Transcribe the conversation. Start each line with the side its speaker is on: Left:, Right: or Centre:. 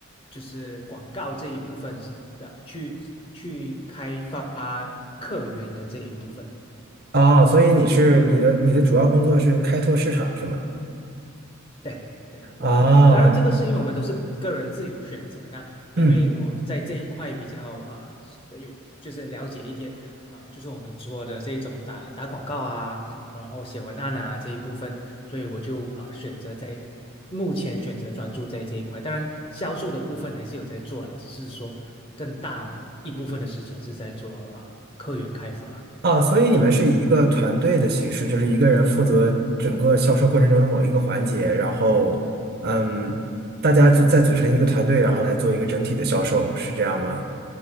Left: 就是广告这一部分，呃，去去开发客源的这一部分。
Right: 哦，所以你是你的你的主要工作是开拓市场是吗？
Left: 对对，
Right: 啊，
Left: 哇，当然这个是因为我们都是个人自由选择。那因为我在这一块比较啊、
Right: 嗯，
Left: 呃有就是了解一点啊、呃就是我们做的这种打打广告啊，然后写文案啊这一部分，所以我就啊、呃选择在目前选择专注在这一块。当然，销售的部分还是有在做啦，只是说更大一部分的时间是在做啊、呃客源开发。
Right: 啊，所以你们是以一个团队的形式，就是一个人负责整个销售过程中的某一个环节，然后，嗯，大家组再组成一个团队，然后来做一个整体的销售，是这样吗？